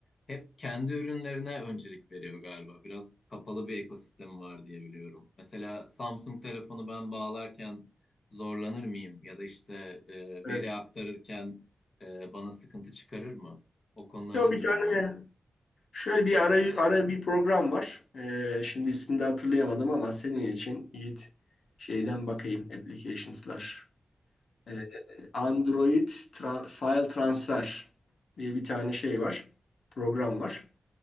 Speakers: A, on the left; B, on the left.
A: hep kendi ürünlerine öncelik veriyor galiba. Biraz kapalı bir ekosistemi var diye biliyorum. Mesela Samsung telefonu ben bağlarken zorlanır mıyım? Ya da işte e,
B: Evet.
A: veri aktarırken e, bana sıkıntı çıkarır mı? O konularda
B: Yo, bir
A: bilgin
B: tane
A: var mı?
B: şöyle bir ara, ara bir program var. E, şimdi ismini de hatırlayamadım ama senin için Yiğit şeyden bakayım. Applications'lar. E, Android tra- File Transfer diye bir tane şey var. Program var.